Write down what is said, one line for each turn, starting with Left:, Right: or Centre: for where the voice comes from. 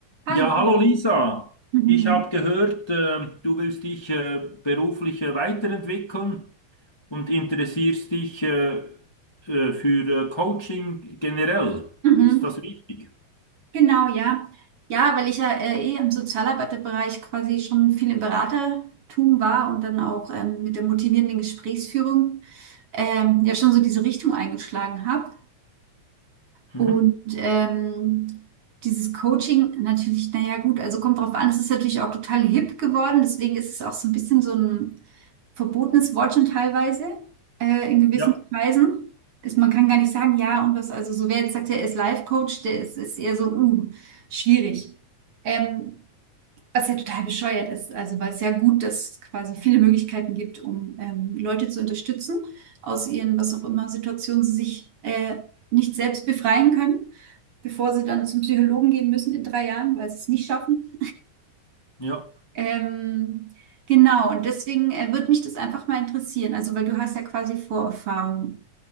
Right: Hallo.
Left: Ja, hallo Lisa.
Right: Mhm.
Left: Ich habe gehört, äh, du willst dich äh, beruflich äh, weiterentwickeln und interessierst dich äh, äh, für äh, Coaching generell.
Right: Mhm.
Left: Ist das richtig?
Right: Genau, ja. Ja, weil ich ja äh, eh im Sozialarbeiterbereich quasi schon viel im Beratertum war und dann auch ähm, mit der motivierenden Gesprächsführung ähm, ja schon so diese Richtung eingeschlagen habe.
Left: Mhm.
Right: Und ähm, dieses Coaching natürlich, naja, gut, also kommt drauf an, es ist natürlich auch total hip geworden, deswegen ist es auch so ein bisschen so ein verbotenes Wort schon teilweise äh, in gewissen
Left: Ja,
Right: Kreisen. Ist, man kann gar nicht sagen, ja und was, also so wer jetzt sagt, er ist Life-Coach, der ist, ist eher so, uh, schwierig. Ähm, was ja total bescheuert ist, also weil es ja gut, dass es quasi viele Möglichkeiten gibt, um ähm, Leute zu unterstützen aus ihren, was auch immer, Situationen, sie sich äh, nicht selbst befreien können, bevor sie dann zum Psychologen gehen müssen in drei Jahren, weil sie es nicht schaffen.
Left: ja.
Right: Ähm, genau, und deswegen äh, würde mich das einfach mal interessieren. Also, weil du hast ja quasi Vorerfahrung.